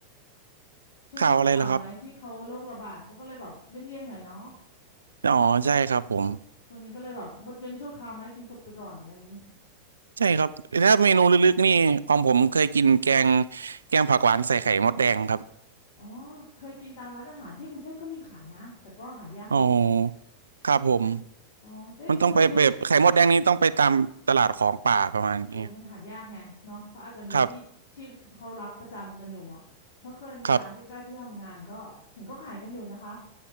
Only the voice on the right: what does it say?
ข่าวอะไรล่ะครับอ๋อใช่ครับผม
ใช่ครับถ้าเมนูลึกๆนี่ของผมเคยกินแกงแกงผักหวานใส่ไข่มดแดงครับ
อ๋อครับผม
มันต้องไปแบบไข่มดแดงนี้ต้องไปตามตลาดของป่าประมาณนี้
ครับครับ